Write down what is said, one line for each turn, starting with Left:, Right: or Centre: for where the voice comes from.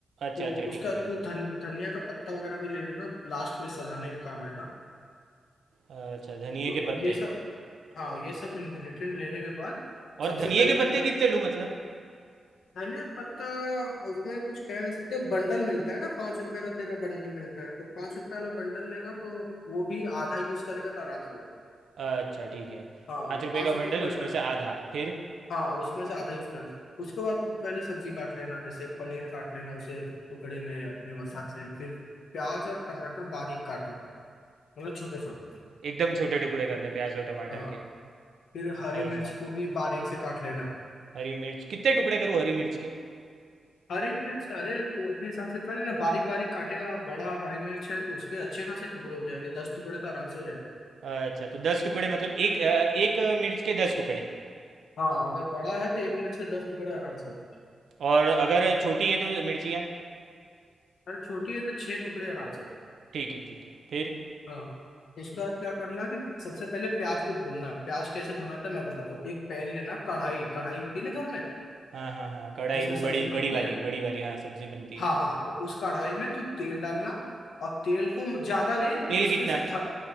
Right: अच्छा
Left: तो
Right: अच्छा ठीक
Left: उसका
Right: है ठीक है
Left: तू धन, धनिया का पत्ता वगैरह भी ले लेना लास्ट में सजाने का काम आएगा
Right: अच्छा धनिए
Left: तो
Right: के पत्ते
Left: ये सब हाँ ये सब इंग्रेडिएंट लेने के बाद
Right: और
Left: सबसे
Right: धनिए
Left: पहले
Right: के
Left: क्या
Right: पत्ते
Left: कर
Right: कितने लूँ मतलब
Left: धनिया पत्ता उसमें कुछ कह नहीं सकते बंडल मिलता है ना पाँच रुपए का तेरा बंडल मिलता है तो पाँच रुपए वाला बंडल लेगा तो वो भी आधा यूज करेगा तो आराम से हो गया
Right: अच्छा ठीक है
Left: हाँ
Right: पाँच रुपए
Left: पाँच
Right: का
Left: रुपए
Right: बंडल
Left: का
Right: उसमें
Left: बंडल
Right: से आधा फिर
Left: हाँ उसमें से आधा यूज कर उसके बाद पहले सब्जी काट लेना जैसे पनीर काट लेना उसे टुकड़े में अपने वसात से फिर प्याज और टमाटर बारीक काटना मतलब छोटे छोटे
Right: एकदम छोटे टुकड़े करने प्याज और टमाटर
Left: हाँ
Right: के
Left: फिर हरी
Right: अच्छा
Left: मिर्च को भी बारीक से काट लेना
Right: हरी मिर्च कितने टुकड़े करूँ हरी मिर्च के
Left: हरी मिर्च अरे तू अपने हिसाब से पहले ना बारीक बारीक काटेगा बड़ा हरी मिर्च है तो उसके अच्छे खासे टुकड़े हो जाएंगे दस टुकड़े तो आराम से हो जाएंगे
Right: अच्छा तो दस टुकड़े मतलब एक अ, एक मिर्च के दस टुकड़े
Left: हाँ अगर बड़ा है तो एक मिर्च के दस टुकड़े आराम से हो जाएंगे
Right: और अगर छोटी है तो मिर्चियाँ
Left: अगर छोटी है तो छह टुकड़े आराम से
Right: ठीक है ठीक है फिर
Left: हाँ उसका क्या करना कि सबसे पहले प्याज को भूनना प्याज कैसे भुना था मैं बताता हूँ एक पैन लेना कढ़ाई कढ़ाई होती है ना घर में
Right: हाँ हाँ हाँ कढ़ाई
Left: जिसमें
Right: वो
Left: सब्जी
Right: बड़ी बड़ी
Left: पकती
Right: वाली
Left: है
Right: बड़ी वाली हाँ सब्जी बनती
Left: हाँ
Right: है
Left: हाँ तो उस कढ़ाई में तू तेल डालना और तेल को ज्यादा नहीं
Right: तेल
Left: मुश्किल
Right: कितना
Left: से थ,